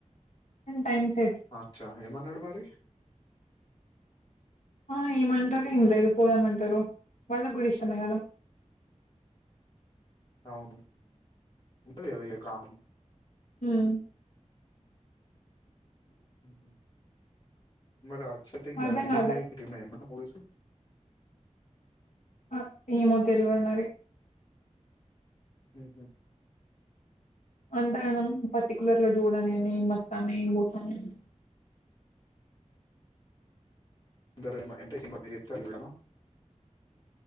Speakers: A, on the left; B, on the left.
A: టైమ్స్
B: అచ్చా ఏమన్నాడు మరి
A: ఆ ఏమంటారు ఏం లేదు పోదామంటారు వాళ్ళకి కూడా ఇష్టమే కదా
B: అవును ఉంటది కదా ఇగ కామన్
A: ఉం
B: హ <inaudible> మరా సెట్టింగ్
A: అర్థం
B: రిలీజ్
A: కాలే
B: అయే మన మూ స
A: ఆ ఏమో తెల్వదు మరి
B: ఉహు
A: అంతా గనం పర్టికులర్ గా చూడ నని ఏం వస్తానయి ఏం పోతాన్నాయి అని
B: ఎందరు ఎమో సినిమా పేరు చెప్తే చూడవా